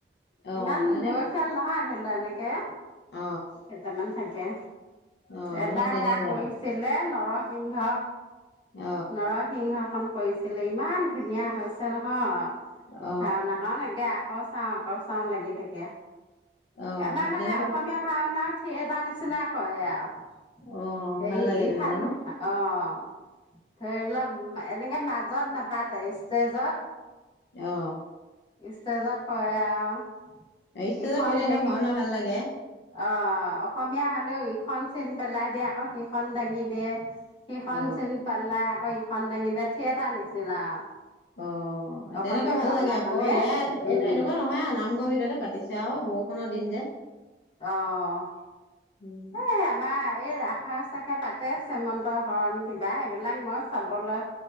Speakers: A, on the left (about 65°); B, on the left (about 30°).
A: অ
B: ইমান
A: এনে
B: বয়সিয়াল নহয়। ধৰিলা এনেকে
A: অ
B: কেইটামান থাকে। তাকে
A: অ
B: এবাৰ
A: সেই তেনেকে
B: সেয়া কৰিছিলে নৰসিংহ
A: অ
B: নৰসিংহ খন কৰিছিলে ইমান ধুনীয়া হৈছে নহয়।
A: অ
B: ভাওনাখন একে আকৌ চাও, আকৌ চাও লাগি থাকে।
A: অ
B: আমাৰ মানে
A: তেনেকুৱা
B: অসমীয়া ভাওনা থিয়েটাৰ নিচিনা হয় আৰু
A: অ
B: সেই
A: ভাল লাগে
B: ইফালে
A: তেনেকুৱা ন
B: অ' ধৰি লওক এনেকে মাজত নাপাতে ষ্টেজত,
A: আহ
B: ষ্টেজত কৰে আৰু।
A: ষ্টেজত
B: ইখন
A: কৰিলে
B: হেই,
A: এনেও ভাওনা ভাল লাগে
B: অ' অসমীয়া ইখন চিন পেলাই দিয়ে। আকৌ সিখন দাঙি দিয়ে। সেইখন
A: অ
B: চীন পাল্লা আকৌ ইখন দিয়ে। থিয়েটাৰ নিছিনা আৰু।
A: অ'
B: অসমীয়া
A: তেনেকুৱা ভাল
B: ভাওনাখনে
A: লাগে আকৌ। এয়া এইটো
B: উম
A: এনেকুৱা নহয় আৰু নামঘৰ ভিতৰতে পাতিছে চাও বৰষুণৰ দিন যে।
B: অ',
A: উম
B: এ' আমাৰ এই ৰাস চাখে পাতে চেমন্ত হৰণ কিবা এইবিলাক, মই চাবলৈ